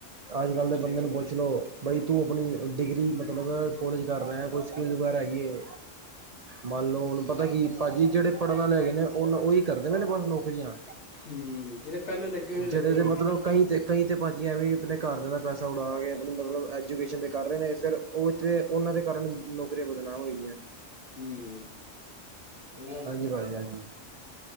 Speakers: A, on the right; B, on the left.
A: ਅੱਜ ਕੱਲ੍ਹ ਦੇ
B: ਇਹ ਤੇ
A: ਬੰਦੇ
B: ਗੱਲ
A: ਨੂੰ ਪੁੱਛ
B: ਠੀਕ
A: ਲੋੋ ਬਈ ਤੂੰ ਆਪਣੀ ਡਿਗਰੀ ਮਤਲਬ, ਮਤਲਬ ਕੋਲਜ ਕਰ ਰਿਹੇ ਹਾਂ ਕੋਈ ਸਕੀਲ ਵਗੈਰਾ ਹੈਗੀ ਐ। ਮੰਨ ਲਓ ਉਹਨੂੰ ਪਤਾ ਕੀ ਭਾਜੀ ਜਿਹੜੇ ਪੜ੍ਹਨ ਵਾਲੇ ਹੈਗੇ ਨੇ ਉਹਨ ਉਹੀ ਕਰਦੇ ਨੇ ਬਸ ਨੌਕਰੀਆਂ।
B: ਹੂੰ ਜਿਹੜੇ ਪਹਿਲੇ ਲੱਗੇ ਹੋਨੇ ਲੱਗੇ
A: ਜਿਹੜੇ
B: ਦੇ ਨੇ।
A: ਮਤਲਬ ਕਈ ਤੇ ਕਈ ਤੇ ਭਾਜੀ ਐਵੇਂ ਆਪਣੇ ਘਰ ਦੇ, ਪੈਸਾ ਉਡਾ ਕੇ, ਆਪ ਮਤਲਬ ਐਜੂਕੇਸ਼ਨ ਦੇ ਕਰ ਰਹੇ ਨੇ, ਫਿਰ ਉਹ ਤੇ, ਉਹਨਾਂ ਦੇ ਕਾਰਨ ਨੌਕਰੀਆਂ ਬਦਨਾਮ ਹੋਈਆਂ।
B: ਹੂੰ, ਸਹੀ ਗੱਲ
A: ਹਾਂਜੀ
B: ਹੈ।
A: ਭਾਜੀ ਹਾਂਜੀ